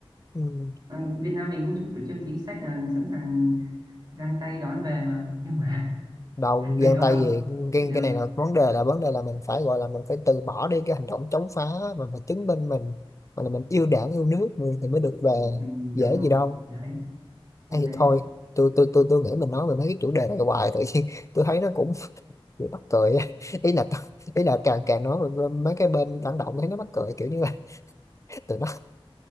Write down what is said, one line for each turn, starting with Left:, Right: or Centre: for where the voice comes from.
Left: Ừ.
Right: Ừ, Việt Nam mình cũng chủ trương chính sách là sẵn sàng giang tay đón về mà nhưng mà
Left: đầu
Right: <laughs> bên
Left: gian
Right: đó
Left: tay
Right: không
Left: gì cái
Right: thì đâu
Left: cái này là vấn đề là vấn đề là mình phải gọi là mình phải từ bỏ đi cái hành động chống phá mà mình chứng minh mình mà là mình yêu đảng yêu nước mình thì mới được về
Right: ừ,
Left: dễ
Right: đúng rồi
Left: gì đâu
Right: đấy không
Left: hay thì
Right: dễ
Left: thôi tôi tôi tôi tôi nghĩ mình nói về mấy cái chủ đề này hoài tự nhiên <laughs> tôi thấy nó cũng <laughs> bị mắc cười á. ý là ý là càng càng nói về mấy cái bên phản động thấy nó mắc cười kiểu như là <laughs> tụi nó